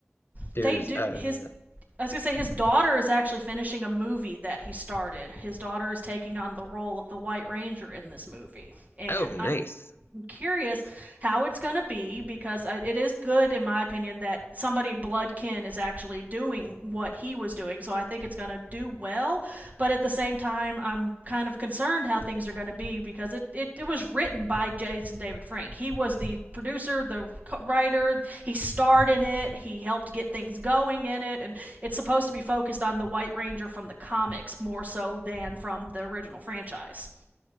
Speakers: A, on the left; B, on the right.
A: there's
B: they do.
A: uh,
B: His
A: yeah.
B: I was gonna say his daughter is actually finishing a movie that he started. His daughter is taking on the role of the White Ranger in this movie, and
A: Oh, nice.
B: I curious how it's going to be because it is good, in my opinion, that somebody blood kin is actually doing what he was doing. So I think it's going to do well. But at the same time, I'm kind of concerned how things are going to be because it, it, it was written by Jason David Frank. He was the producer, the writer. He starred in it, he helped get things going in it. And it's supposed to be focused on the White Ranger from the comics more so than from the original franchise.